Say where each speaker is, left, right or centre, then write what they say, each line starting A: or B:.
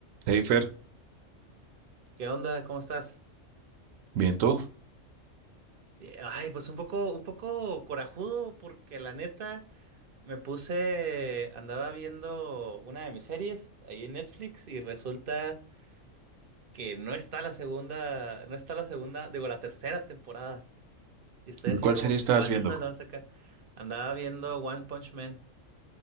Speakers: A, on the right (about 80°); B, on the right (about 50°).
A: Hey Fer,
B: ¿Qué onda? ¿Cómo estás?
A: bien tú.
B: Bien, Ay, pues un poco, un poco corajudo porque la neta me puse, andaba viendo una de mis series ahí en Netflix y resulta que no está la segunda, no está la segunda, digo, la tercera temporada. Y estoy
A: ¿De
B: así
A: ¿Cuál
B: como
A: serie
B: que,
A: estabas
B: ¿cuándo
A: viendo?
B: la van a sacar? Andaba viendo One Punch Man.